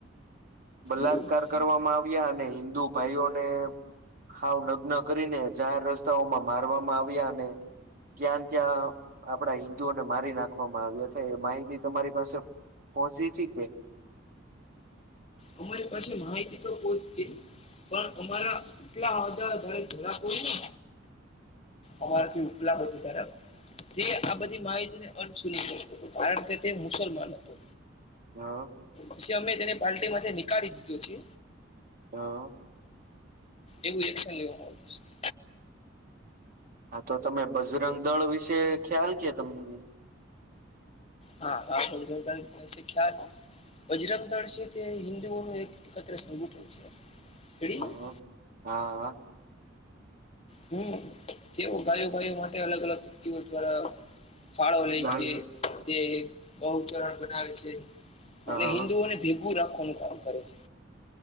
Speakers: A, on the right (about 50°); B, on the left (about 30°).
A: બલાત્કાર
B: એવું છે
A: કરવામાં આવ્યા અને હિન્દુ ભાઈઓને હાવ નગ્ન કરીને જાહેર રસ્તાઓમાં મારવામાં આવ્યા અને ક્યાં ને ત્યાં આપણા હિન્દુઓને મારી નાખવામાં આવથ એ માહિતી તમારી પાસે પહોંચીતી કે
B: અમારી પાછી માહિતી તો પહોચતી પણ અમારા એટલા હતા ધરાક ને અમારાથી ઉપલા હતું ત્યારે તે આ બધી માહિતીને અનસૂલી ગણતો હતો કારણ કે તે મુસલમાન હતો
A: હ હ
B: પછી અમે તેને પાલ્ટી માંથી નીકાળી દીધો છે
A: હા
B: એવું એક્શન લેવામાં આવ્યું છે
A: હા તો તમે બજરંગ દળ વિશે ખ્યાલ કે તમને
B: હા <unintelligible> ખ્યાલ બજરંગ દળ છે તે હિન્દુઓનું એક એકત્ર સંગઠન છે <unintelligible>
A: હ હા
B: હમ તેઓ ગાયો ગાયો માટે અલગ અલગ વ્યતિઓ દ્વારા ફાળો લે
A: ગાય
B: છે તે બહુ ચરણ બનાવે છે
A: હા
B: અને હિન્દુઓને ભેગું રાખવાનું કામ કરે છે